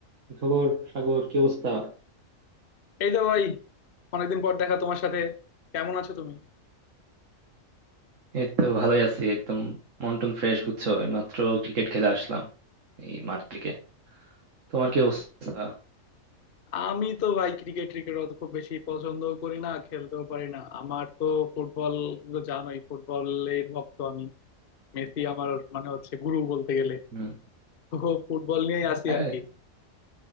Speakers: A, on the right; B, on the left.
A: কি খবর সাগর কি অবস্থা
B: এই তো ভাই অনেকদিন পর দেখা তোমার সাথে কেমন আছো তুমি
A: এই তো ভালোই আছি একদম মন টন ফ্রেশ বুঝছো এই মাত্র ক্রিকেট খেলে আসলাম এই মাঠ থেকে তোমার কি অবস্থা
B: আমি তো ভাই ক্রিকেট ক্রিকেট অত খুব বেশি পছন্দ করি না খেলতেও পারি না আমার তো ফুটবল তুমি তো জানোই ফুটবলের ভক্ত আমি মেসি আমার মানে হচ্ছে গুরু বলতে গেলে
A: হম
B: তো ফুটবল নিয়েই আসি
A: হ্যাঁ
B: আর কি